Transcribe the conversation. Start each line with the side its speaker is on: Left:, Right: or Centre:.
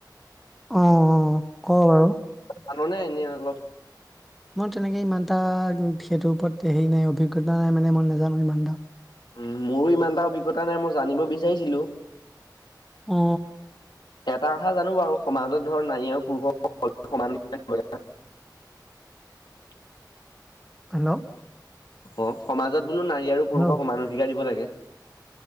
Centre: অ অ ক বাৰু।
Left: আননে এনেই অলপ।
Centre: মই তেনেকে ইমানটা সেইটোৰ ওপৰত হেৰি নাই অভিজ্ঞতা নাই মানে মই নাজানো ইমানটা
Left: উম মোৰো ইমান এটা অভিজ্ঞতা নাই মই জানিব বিচাৰিছিলো
Centre: অ
Left: এটা কথা জানো বাৰু সমাজত ধৰ নাৰী আৰু পুৰুষস সমান অধিকাৰ <unintelligible>
Centre: হেল্ল'
Left: অ সমাজত বোলো নাৰী আৰু পুৰুষক
Centre: হেল্ল'
Left: সমান অধিকাৰ দিব লাগে